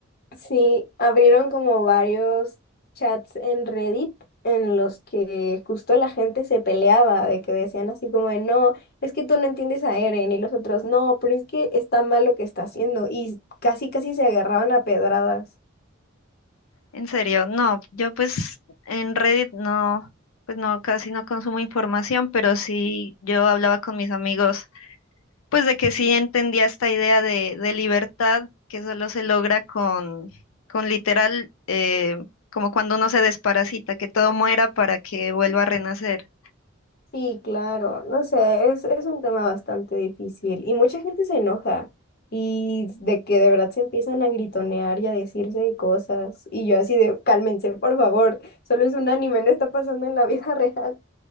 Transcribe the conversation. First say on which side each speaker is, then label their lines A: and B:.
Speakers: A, on the left; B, on the left.
A: Sí, abrieron como varios chats en Reddit en los que justo la gente se peleaba de que decían así como de no, es que tú no entiendes a Eren y los otros no, pero es que está mal lo que está haciendo y casi casi se agarraban a pedradas.
B: En serio, no, yo pues en Reddit no, pues no, casi no consumo información, pero sí yo hablaba con mis amigos pues de que sí entendía esta idea de, de libertad que solo se logra con, con literal, eh, como cuando uno se desparasita, que todo muera para que vuelva a renacer.
A: Sí, claro, no sé, es, es un tema bastante difícil y mucha gente se enoja y de que de verdad se empiezan a gritonear y a decirse de cosas y yo así de cálmense, por favor, solo es un anime, no está pasando en la vida <laughs> real.